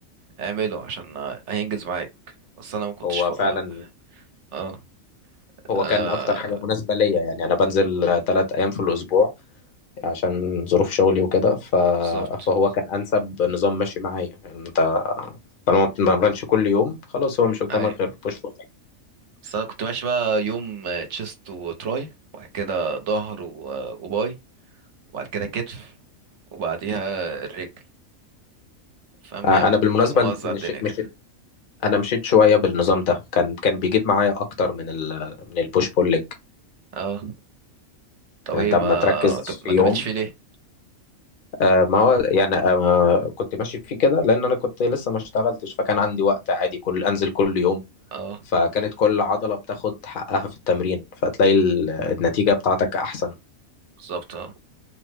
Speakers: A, on the right; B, on the left.
A: اعمله عشان آه، هينجز معاك بس أنا ما كنتش
B: هو
A: ف...
B: فعلا
A: اه آه،
B: هو
A: أنا
B: كان اكتر حاجة مناسبة ليا يعني انا بنزل ثلاث ايام في الاسبوع عشان ظروف شغلي وكده ف...
A: بالظبط
B: فهو كان انسب نظام ماشي معايا يعني انت طالما ما بتتمرنش كل يوم خلاص هو مش قدامك
A: أي
B: غير بوش بول
A: بس انا كنت ماشي بقى يوم آه، تشيست وتراي وبعد كده ظهر و- آه، وباي وبعد كده كتف وبعديها الرجل فاهم
B: انا
A: يعني م-
B: بالمناسبه
A: موزع
B: مش...
A: الدنيا
B: مش...
A: كده
B: انا مشيت شويه بالنظام ده كان كان بيجيب معايا اكتر من ال... من البوش بول ليج
A: اه طب
B: يعني
A: ايه
B: انت
A: ما
B: اما تركز
A: ما
B: في يوم
A: كملتش فيه ليه
B: آه ما هو يعني آه كنت ماشي فيه كده لان انا كنت لسه ما اشتغلتش فكان عندي وقت عادي كل انزل كل يوم
A: اه
B: فكانت كل عضله بتاخد حقها في التمرين فتلاقي ال- النتيجه بتاعتك احسن
A: بالظبط اه